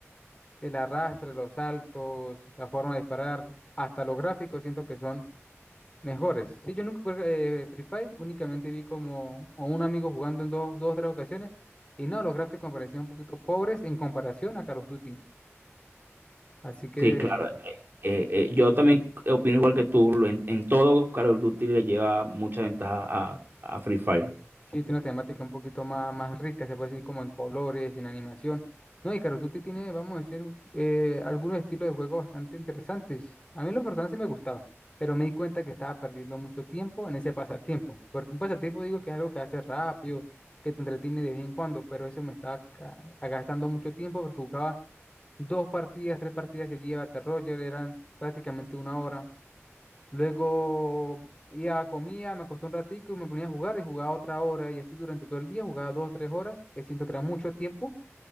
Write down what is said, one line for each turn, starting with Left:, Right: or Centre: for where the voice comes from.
Left: el arrastre, los saltos, la forma de disparar, hasta los gráficos, siento que son Mejores. Sí, yo nunca jugué eh, Free Fire, únicamente vi como a un amigo jugando en dos, dos o tres ocasiones. Y no, los gráficos me parecían un poquito pobres en comparación a Call of Duty. Así que
Right: Sí, claro. eh, eh, eh, yo también opino igual que tú, en, en todo Call of Duty le lleva mucha ventaja a, a Free Fire.
Left: Sí, tiene una temática un poquito más, más rica, se puede decir como en colores, en animación. No, y Call of Duty tiene, vamos a decir, eh, algunos estilos de juego bastante interesantes. A mí los personajes sí me gustaba, pero me di cuenta que estaba perdiendo mucho tiempo en ese pasatiempo. Porque un pasatiempo digo que es algo que hace rápido, que te entretiene de vez en cuando, pero eso me estaba ca- gastando mucho tiempo porque jugaba dos partidas, tres partidas seguidas, Battle Royale, eran prácticamente una hora. Luego iba, comía, me acosté un ratico y me ponía a jugar y jugaba otra hora y así durante todo el día jugaba dos o tres horas, que siento que era mucho tiempo